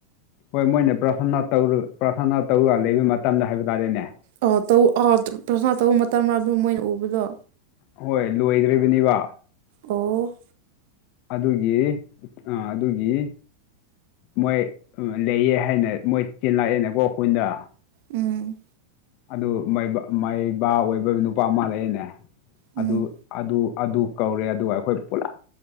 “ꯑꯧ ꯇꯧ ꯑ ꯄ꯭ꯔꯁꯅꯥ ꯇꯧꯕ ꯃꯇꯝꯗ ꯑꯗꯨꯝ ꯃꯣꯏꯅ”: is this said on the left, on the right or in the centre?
Right